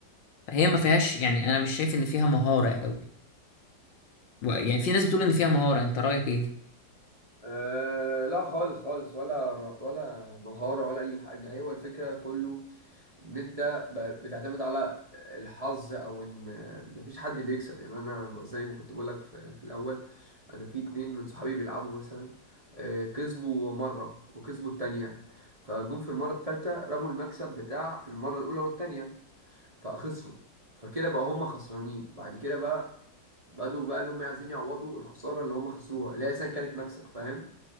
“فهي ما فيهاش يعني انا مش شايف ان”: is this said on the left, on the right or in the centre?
Left